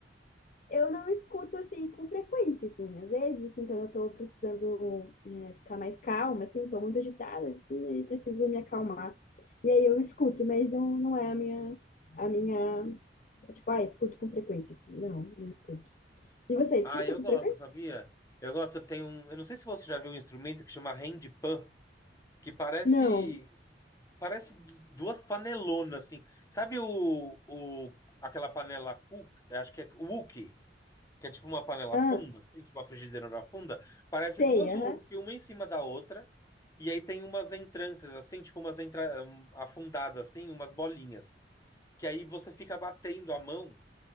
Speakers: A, on the left (about 45°); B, on the left (about 20°).
A: Eu não escuto, assim, com frequência, assim, às vezes, assim, quando eu tô precisando né, ficar mais calma, assim, tô muito agitada, assim, aí preciso me acalmar. E aí eu escuto, mas não, não é a minha, a minha, tipo, ah, escuto com frequência, assim, não, não escuto. E você escuta
B: Ah, eu
A: com
B: gosto,
A: frequência?
B: sabia? Eu gosto, eu tenho, um- eu não sei se você já viu um instrumento que chama handpan, que parece
A: Não.
B: Parece du- duas panelonas, assim. Sabe o, o, aquela panela cook, acho que é wok, que é tipo uma panela
A: Ah,
B: funda, assim, tipo uma frigideira funda? Parece
A: Sei,
B: duas
A: aham.
B: wok, uma em cima da outra, e aí tem umas entranças, assim, tipo umas entra, um, afundadas, assim, umas bolinhas. Que aí você fica batendo a mão